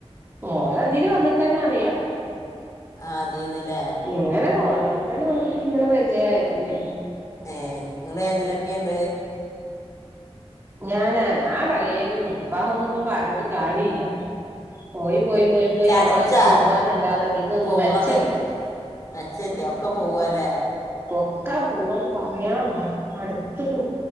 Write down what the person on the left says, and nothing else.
ആ തീന്നല്ലേ
ഏ നിങ്ങളെ ഏതിലൊക്കെുണ്ട്
ചടച്ച
പോവാതെ
മെച്ചല്ലേ ഒക്കെ പോവല്ലേ